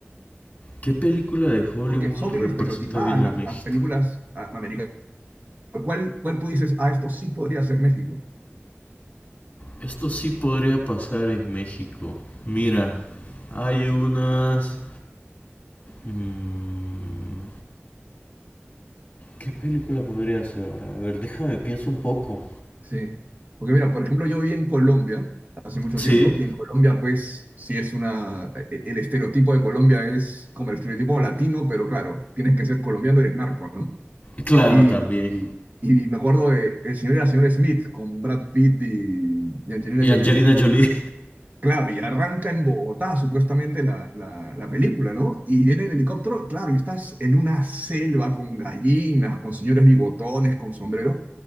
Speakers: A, on the left; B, on the right.
A: ¿Qué película de Hollywood
B: Porque son bien
A: representa
B: estereotipadas
A: bien
B: las,
A: a México?
B: las películas ah, americanas. ¿Cuál, cuál tú dices, ah, esto sí podría ser México?
A: Esto sí podría pasar en México. Mira, hay unas... mm, ¿Qué película podría ser? A ver, déjame, pienso un poco.
B: Sí, porque mira, por ejemplo, yo viví en Colombia hace mucho
A: Sí,
B: tiempo y en Colombia pues sí es una, e- el estereotipo de Colombia es como el estereotipo latino, pero claro, tienes que ser colombiano, eres narco, ¿no?
A: claro,
B: Y,
A: también.
B: y, y me acuerdo de el señor y la señora Smith con Brad Pitt y, y Angelina
A: Y
B: Jolie.
A: Angelina Jolie.
B: Claro, y arranca en Bogotá supuestamente la, la, la película, ¿no? Y viene en helicóptero, claro, y estás en una selva con gallinas, con señores bigotones, con sombreros.